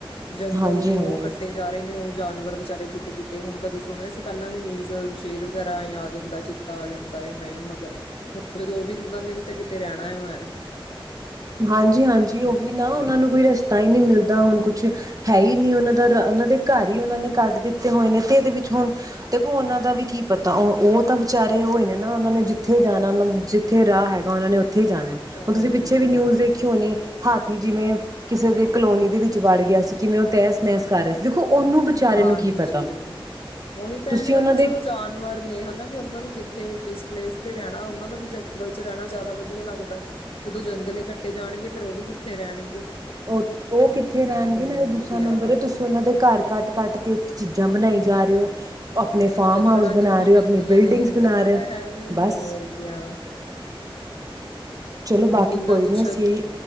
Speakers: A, on the left; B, on the right.
A: ਜੰਗਲ
B: ਹਾਂਜੀ
A: ਨੇ
B: ਹਾਂਜੀ
A: ਉਹ ਕੱਟੇ ਜਾ ਰਹੇ ਨੇ ਉਹ ਜਾਨਵਰ ਵਿਚਾਰੇ ਕਿਤੇ ਕਿਤੇ ਹੁਣ ਕਦੇ ਸੁਣਿਆ ਸੀ ਪਹਿਲਾਂ ਵੀ ਮੀਨ ਸ਼ੇਰ ਵਗੈਰਾ ਐ ਆ ਜਾਂਦਾ ਚਿੱਤਾ ਆ ਜਾਂਦਾ ਨਹੀਂ ਮਗਰ ਹੁਣ ਜਦੋਂ ਉਹ ਵੀ ਉਹਨਾਂ ਨੇ ਵੀ ਤਾਂ ਤੇ ਰਹਿਣਾ ਹੈ
B: ਹਾਂਜੀ ਹਾਂਜੀ ਉਹੀ ਨਾ ਉਹਨਾਂ ਨੂੰ ਕੋਈ ਰਸਤਾ ਹੀ ਨਹੀਂੀ ਮਿਲਦਾ ਹੁਣ ਕੁਛ ਹੈ ਹੀ ਨਹੀਂੀ ਉਹਨਾਂ ਦਾ ਉਹਨਾਂ ਦੇ ਘਰ ਹੀ ਉਹਨਾਂ ਨੇ ਕੱਟ ਦਿੱਤੇ ਹੋਏ ਨੇ ਤੇ ਇਹਦੇ ਵਿੱਚ ਹੁਣ ਦੇਖੋ ਉਹਨਾਂ ਦਾ ਵੀ ਕੀ ਪਤਾ ਉਹ ਤਾਂ ਵਿਚਾਰੇ ਹੋਏ ਨੇ ਨਾ ਉਹਨਾਂ ਨੇ ਜਿੱਥੇ ਜਾਣਾ ਉਹਨਾਂ ਜਿੱਥੇ ਰਾਹ ਹੈਗਾ ਉਹ ਨੇ ਕਿੱਥ ਜਾਣਾ ਹਣ
A: ਹੋਰ
B: ਤੁਸੀਂ ਪਿੱਛੇ ਵੀ
A: ਕਿਆ
B: ਨਿਊਜ਼ ਦੇਖੀ ਹੋਣੀ ਹਾਥੀ ਜਿਵੇਂ ਕਿਸੇ ਦੇ ਕਲੋਨੀ ਦੇ ਵਿੱਚ ਵੜ ਗਿਆ ਸੀ ਕਿਵੇਂ ਉਹ ਤੈਸ ਨਹਿਸ ਕਰ ਰਿਹਾ ਸੀ ਦੇਖੋ ਉਹਨੂੰ ਵਿਚਾਰੇ
A: ਹਾਂਜੀ
B: ਨੂੰ ਕੀ ਪਤਾ
A: ਉਹੀ ਤਾਂ
B: ਤੁਸੀਂ
A: ਹੈ ਵੀ
B: ਉਹਨਾਂ
A: ਉਹ ਤਾਂ
B: ਦੇ
A: ਚਲੋ ਜਾਨਵਰ ਨੇ ਹਨਾ ਵੀ ਉਹਨਾਂ ਨੂੰ ਜਿੱਥੇ ਜਿਸ ਪਲੇਸ ਤੇ ਰਹਿਣਾ ਉਹਨਾਂ ਨੂੰ ਵੀ ਜੰਗਲ ਚ ਰਹਿਣਾ ਜ਼ਿਆਦਾ ਵਧੀਆ ਲੱਗਦਾ ਹੈ ਜਦੋਂ ਜੰਗਲ ਇਕੱਟੇ ਜਾਣਗੇ ਫੇਰ ਉਹ ਵੀ ਕਿੱਥੇ ਰਹਿਣਗੇ
B: ਉਹ ਉਹ ਕਿੱਥੇ ਰਹਿਣਗੇ
A: ਹੋਰ
B: ਇਹ ਨਾ ਦੂਸਰਾ
A: ਕਿਆ
B: ਨੰਬਰ ਤੁਸੀਂ ਉਹਨਾਂ ਦੇ ਘਰ ਕੱਟ ਕੱਟ ਕੇ ਚੀਜ਼ਾਂ ਬਣਾਈ ਜਾ ਰਹੇ ਹੋ। ਆਪਣੇ
A: ਉਹ ਫਿਰ
B: ਫਾਰਮ
A: ਲੱਕੜਾਂ
B: ਹਾਊਸ ਬਣਾ
A: ਕਿੱਥੋਂ
B: ਰਹੇ
A: ਮਿਲਦੀਆਂ
B: ਹੋ ਆਪਣੀ ਬਿਲਡਿੰਗਸ
A: ਨੇ ਉਹੀ
B: ਬਣਾ ਰਹੇ
A: ਤਾਂ
B: ਹੋ
A: ਹੈ ਵੀ
B: ਬਸ
A: ਹੋਰ ਕਿਆ।
B: ਚਲੋ
A: ਹੁਣ
B: ਬਾਕੀ
A: ਕਿੰਨਾ
B: ਕੋਈ
A: ਕੁਛ
B: ਨੀ ਅਸੀਂ